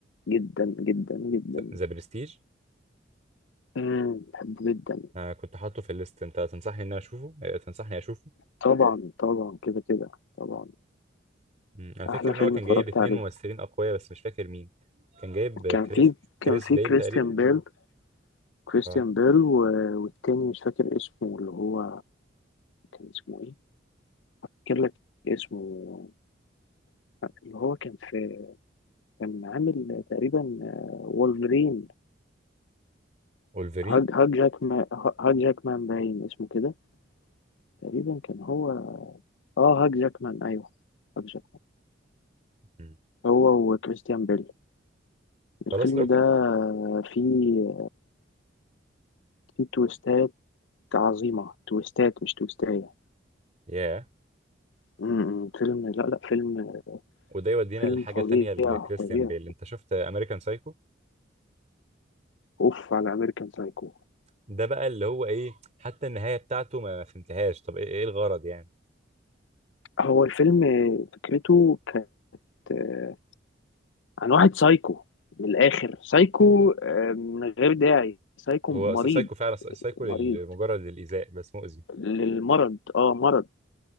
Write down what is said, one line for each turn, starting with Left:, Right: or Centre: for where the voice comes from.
Left: جدا جدا جدا
Right: ذا برستيج
Left: امم بحبه جدا
Right: انا كنت حاطه في الليست انت تنصحني ان انا اشوفه آه، تنصحني اشوفه
Left: طبعا طبعا كده كده طبعا
Right: مم. انا فاكر
Left: احلى
Right: ان
Left: فيلم
Right: هو كان
Left: اتفرجت
Right: جايب اتنين
Left: عليه
Right: ممثلين اقوياء بس مش فاكر مين كان جايب
Left: كان
Right: كريس
Left: في كان
Right: كريس
Left: في
Right: بيل
Left: كريستيان
Right: تقريبا
Left: بيل
Right: ولا
Left: كريستيان
Right: اه
Left: بيل و... والتاني مش فاكر اسمه اللي هو كان اسمه إيه؟ افتكر لك اسمه اللي هو كان في كان عامل تقريبا آه، وولفرين
Right: وولفرين
Left: هاج هاج جاكمان هاج جاكمان باين اسمه كده تقريبا كان هو اه هاج جاكمان ايوه هاج جاكمان
Right: مم.
Left: هو وكريستيان بيل الفيلم
Right: خلاص لو ك...
Left: ده آه، فيه فيه تويستات عظيمة تويستات مش تويستاية
Right: ياه
Left: م- م، فيلم لا لا فيلم
Right: وده يودينا
Left: فيلم
Right: لحاجة
Left: فظيع
Right: تانية لكريستيان
Left: فظيع
Right: بيل انت شفت امريكان سايكو
Left: اوف على امريكان سايكو
Right: ده بقى اللي هو ايه حتى النهاية بتاعته ما ما فهمتهاش طب ايه إيه الغرض يعني
Left: هو الفيلم آه، فكرته كانت آه، عن واحد سايكو من الاخر سايكو آه، من غير داعي سايكو
Right: هو
Left: مريض
Right: س- سايكو فعلا س- سايكو
Left: مريض
Right: لمجرد الإيذاء بس مؤذي
Left: للمرض اه مرض